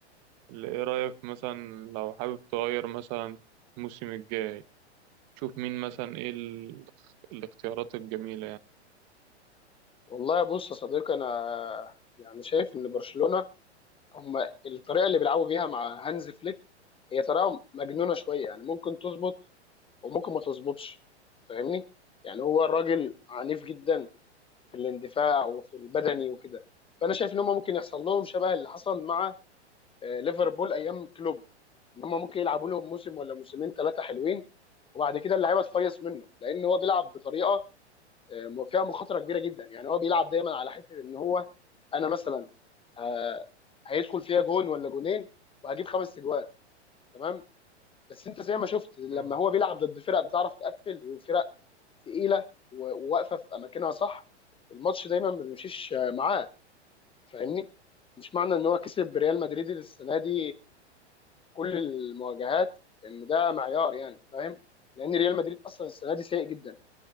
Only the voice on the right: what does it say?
ال- ايه رايك مثلا لو حابب تغير مثلا الموسم الجاي شوف مين مثلا ايه ال... الاختيارات الجميلة يعني
مم.